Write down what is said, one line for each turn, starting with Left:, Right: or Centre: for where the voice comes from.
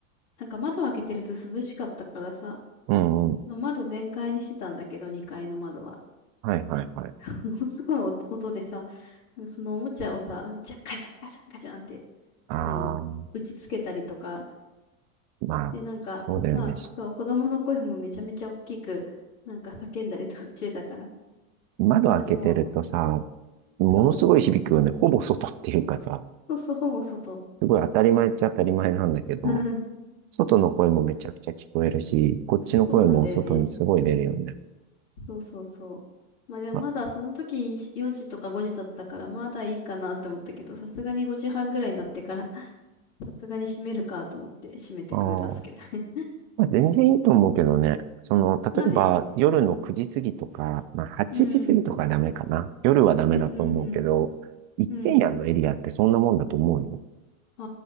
Left: なんか窓開けてると涼しかったからさ、
Right: うん、うん。
Left: まあ、窓全開にしてたんだけど、2階の窓は。
Right: はい、はい、はい。
Left: <laughs> ものすごい音音でさ、なんかそのおもちゃをさ、めっちゃカシャンカシャンカシャンって、
Right: あー、
Left: あの、打ちつけたりとか、
Right: まあ、
Left: で、なんか、
Right: そうだよね。
Left: まあ、
Right: し
Left: そう、子供の声もめちゃめちゃ大きく、なんか叫んだりとかしてたから。
Right: 窓開けてるとさ、
Left: まあでも、
Right: ものすごい響くよね。
Left: そう、
Right: ほぼ外っていうかさ、
Left: そうそう、ほぼ外。
Right: すごい当たり前っちゃ当たり前なんだけど、
Left: <laughs>
Right: 外の声もめちゃくちゃ聞こえるし、こっちの声も外にすごい出るよね。
Left: そうなんだよね。そうそうそう。まあでもまだその時4時とか5時だったからまだいいかなって思ったけど、
Right: あ
Left: さすがに5時半ぐらいになってから <laughs> さすがに閉めるかと思って閉めてクーラーつけたね。
Right: あー、まあ、全然いいと思うけどね。その、
Left: <laughs>
Right: 例えば夜の9時過ぎとか、
Left: まあね。
Right: まあ8時過ぎとかダメかな。
Left: うん。
Right: 夜はダメだと思うけど、
Left: うんうん
Right: 一軒家のエリアってそんなもんだと思うよ。
Left: うん。うん。あ